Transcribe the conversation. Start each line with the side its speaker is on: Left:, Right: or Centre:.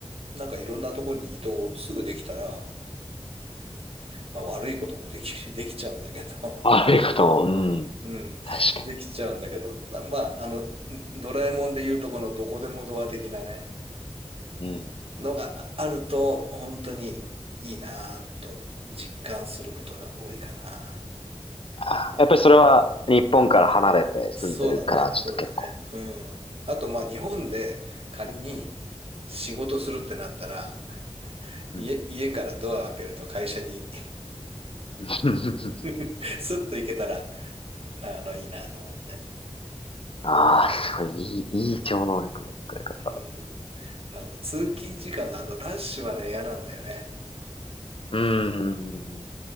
Right: なんかいろんなとこに移動すぐできたら、まあ悪いこともでき、<laughs> できちゃうんだけど、
Left: 悪いことも、うん。
Right: うん、
Left: 確か
Right: できちゃうんだけど、なまあ、あの、ドラえもんで言うとこのどこでもドア的なね、
Left: に。うん。
Right: のがあると、本当にいいなぁと実感することが多いかな。
Left: あやっぱりそれは日本から離れて住んでるから、
Right: そうだね、
Left: ちょっと結構
Right: そうだね。うん。あと、まあ、日本で仮に仕事するってなったら、
Left: うん。
Right: 家、家からドアを開けると会社に
Left: <laughs>
Right: <laughs> スッと行けたら、あの、いいなと思って。
Left: ああ、すごい、いい、いい超能力の使い方。
Right: うん。あの、通勤時間のあのラッシュはね、嫌なんだよね。
Left: うん。うん